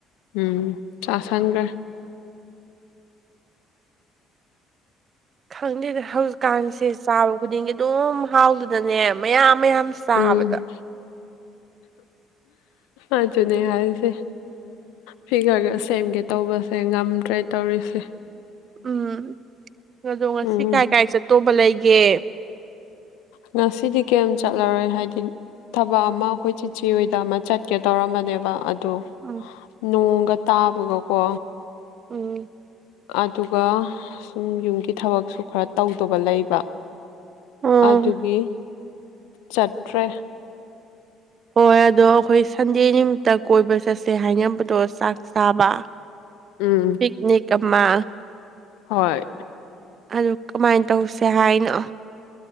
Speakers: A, on the left; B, on the right.
A: ꯎꯝ ꯆꯥꯁꯟꯈ꯭ꯔꯦ꯫
B: ꯈꯪꯗꯦꯗ ꯍꯧꯖꯤꯛꯀꯥꯟꯁꯦ ꯆꯥꯕ ꯈꯨꯗꯤꯡꯒꯤ ꯑꯗꯨꯝ ꯍꯥꯎꯗꯅꯅꯦ ꯃꯌꯥꯝ ꯃꯌꯥꯝ ꯆꯥꯕꯗ
A: ꯎꯝ ꯑꯗꯨꯅꯦ ꯍꯥꯏꯁꯦ꯫ ꯐꯤꯒꯔꯒ ꯁꯦꯝꯒꯦ ꯇꯧꯕꯁꯦ ꯉꯝꯗ꯭ꯔꯦ ꯇꯧꯔꯤꯁꯦ꯫
B: ꯎꯝ ꯑꯗꯣ ꯉꯁꯤ
A: ꯎꯝ
B: ꯀꯥꯏ ꯀꯥꯏ ꯆꯠꯇꯧꯕ ꯂꯩꯒꯦ꯫
A: ꯉꯁꯤꯗꯤ ꯀꯌꯥꯝ ꯆꯠꯂꯔꯣꯏ ꯍꯥꯏꯗꯤ ꯊꯕꯛ ꯑꯃ ꯑꯩꯈꯣꯏ ꯆꯤꯆꯦ ꯍꯣꯏꯗ ꯑꯃ ꯆꯠꯀꯦ ꯇꯧꯔꯝꯕꯅꯦꯕ ꯑꯗꯣ꯫
B: <unintelligible>
A: ꯅꯣꯡꯒ ꯇꯥꯕꯒꯀꯣ꯫
B: ꯎꯝ꯫
A: ꯑꯗꯨꯒ ꯁꯨꯝ ꯌꯨꯝꯒꯤ ꯊꯕꯛꯁꯨ ꯈꯔ ꯇꯧꯗꯕ ꯂꯩꯕ꯫
B: ꯑꯣ
A: ꯑꯗꯨꯒꯤ ꯆꯠꯇ꯭ꯔꯦ꯫
B: ꯍꯣꯏ ꯑꯗꯣ ꯑꯩꯈꯣꯏ ꯁꯟꯗꯦ ꯅꯨꯃꯤꯠꯇ ꯀꯣꯏꯕ ꯆꯠꯁꯦ ꯍꯥꯏꯅꯕꯗꯣ ꯆꯥꯛ ꯆꯥꯕ꯫
A: ꯎꯝ꯫
B: ꯄꯤꯛꯅꯤꯛ ꯑꯃ꯫
A: ꯍꯣꯏ꯫
B: ꯑꯗꯨ ꯀꯃꯥꯏꯅ ꯇꯧꯁꯦ ꯍꯥꯏꯅꯣ꯫